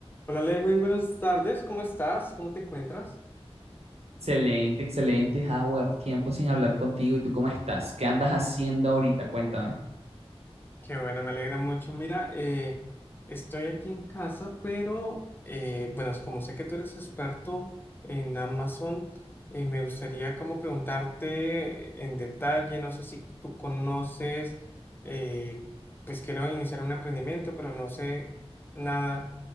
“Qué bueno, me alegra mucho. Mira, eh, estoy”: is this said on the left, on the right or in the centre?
Left